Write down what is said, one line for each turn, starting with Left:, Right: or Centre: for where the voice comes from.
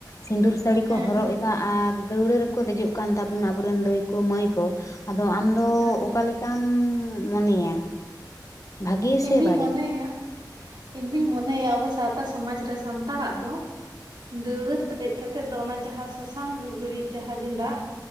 Left: ᱥᱤᱸᱫᱩᱨ ᱥᱟᱹᱲᱤ
Right: ᱦᱮᱸ
Left: ᱠᱚ ᱦᱚᱨᱚᱜ
Right: ᱦᱮᱸ
Left: ᱮᱫᱟ ᱟᱨ ᱫᱟᱹᱣᱲᱟᱹ ᱨᱮᱠᱚ ᱫᱮᱡᱚᱜ ᱠᱟᱱ ᱛᱟᱵᱚᱱᱟ, ᱟᱵᱚᱨᱮᱱ ᱫᱟᱹᱭ ᱠᱚ ᱢᱟᱹᱭ ᱠᱚ ᱟᱫᱚ ᱟᱢᱫᱚ
Right: ᱦᱩᱸ
Left: ᱚᱠᱟ ᱞᱮᱠᱟᱢ ᱢᱚᱱᱮᱭᱟ? ᱵᱷᱟᱜᱮ
Right: ᱤᱧᱫᱩᱧ
Left: ᱥᱮ ᱵᱟᱹᱲᱤᱡ
Right: ᱢᱚᱱᱮᱭᱟ᱾ ᱤᱧᱫᱩᱧ ᱢᱚᱱᱮᱭᱟ ᱟᱵᱚ ᱥᱟᱶᱛᱟ ᱥᱚᱢᱟᱡ ᱨᱮ ᱥᱟᱱᱛᱟᱲᱟᱜ ᱫᱚ ᱫᱟᱹᱣᱲᱟᱹ ᱨᱮ ᱫᱮᱡ ᱠᱟᱛᱮᱜ ᱫᱚ ᱚᱱᱟ ᱡᱟᱦᱟᱸ ᱥᱟᱥᱟᱝ ᱞᱩᱜᱽᱲᱤᱡ ᱡᱟᱦᱟᱸ ᱜᱮᱸᱫᱟᱜ